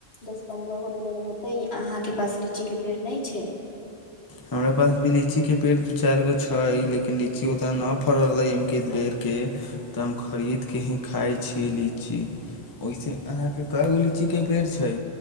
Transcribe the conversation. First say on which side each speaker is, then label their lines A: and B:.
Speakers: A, on the left (about 65°); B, on the left (about 25°).
A: दस पन्द्रह गो पेड़ होतै अहाँके पास लीचीके पेड़ नहि छै
B: हमरा पास भी लीची के पेड़ दू चारि गो छै लेकिन लीची उताना फड़ले बेर के तऽ हम खरीद के ही खाय छी लीची ओहिसे अहाँ के क गो लीची के पेड़ छै